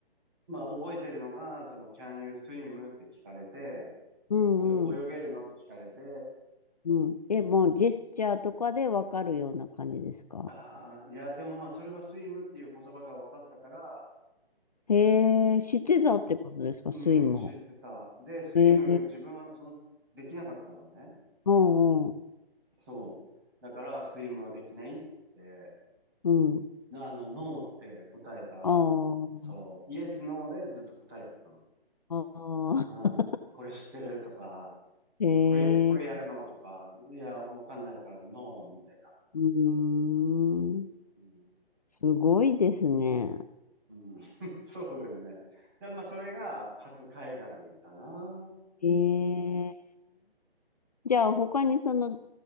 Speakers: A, on the right; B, on the left.
A: まあ覚えてるのが、その Can you swim? って聞かれて、
B: うん、
A: お泳げるのって聞かれて、
B: うん、うん。え、もう、ジェスチャーとかでわかるような感じですか
A: ああ、いや、でもまあそれはスイムっていう言葉が分かったから、
B: へえ、知ってたってことですかスイも。
A: うん、知ってた。で、スイム、
B: へえ、
A: 自分は、その、できなかったのね。
B: うん、うん、
A: そう。だから、スイムはできないっつって、
B: うん。
A: あの、ノーって答えた。
B: あ
A: そう。イエス、ノーでずっと答えてたの。
B: あ、ああ、
A: うん。これ知ってるとか、
B: へえ。
A: これ、これやるのとか、いや、わかんないから、ノーみたいな。
B: うーん。
A: うん。
B: すごいですね。
A: うん、<laughs> そうだよね。で、まあ、それが、初海外かな。
B: へ
A: 自分の。
B: え。じゃあ、他にその、